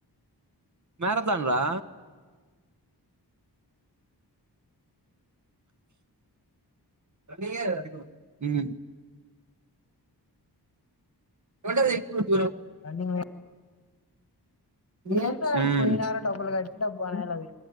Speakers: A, on the right; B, on the left.
A: మారథాన్ రా రన్నింగే అది కూడా హ్మ్ ఏముంటది దూరం
B: రన్నింగ్
A: మ్మ్
B: ఏందో వాళ్ళు పోయినారు డబ్బులు కట్టి డబ్బు అనేది అది